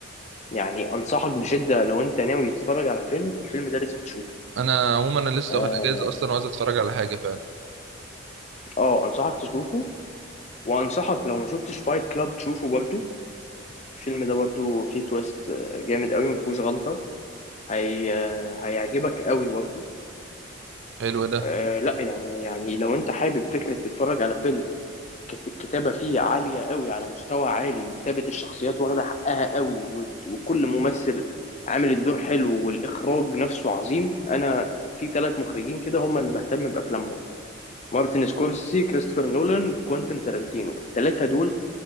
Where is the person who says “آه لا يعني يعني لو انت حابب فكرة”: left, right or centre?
Left